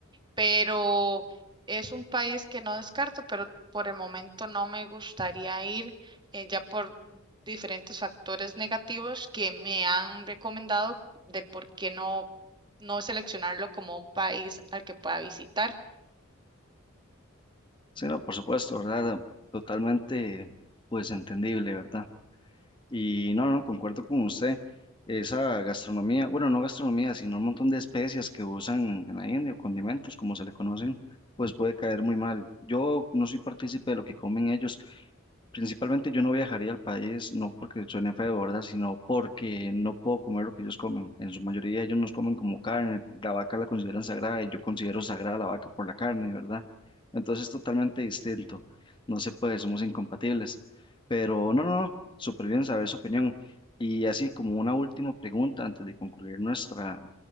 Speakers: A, on the right (about 20°); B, on the left (about 25°).
A: pero es un país que no descarto, pero por el momento no me gustaría ir eh, ya por diferentes factores negativos que me han recomendado del por qué no, no seleccionarlo como un país al que pueda visitar.
B: Sí, no, por supuesto, ¿verdad? Totalmente pues entendible, ¿verdad? Y no, no, concuerdo con usted. Esa gastronomía, bueno, no gastronomía, sino un montón de especias que usan en la India o condimentos, como se le conocen, pues puede caer muy mal. Yo no soy partícipe de lo que comen ellos, Principalmente yo no viajaría al país, no porque suene feo, ¿verdad? Sino porque no puedo comer lo que ellos comen. En su mayoría ellos nos comen como carne, la vaca la consideran sagrada y yo considero sagrada la vaca por la carne, ¿verdad? Entonces es totalmente distinto. No se puede, somos incompatibles. Pero no, no, no, súper bien saber su opinión. Y así como una última pregunta antes de concluir nuestra,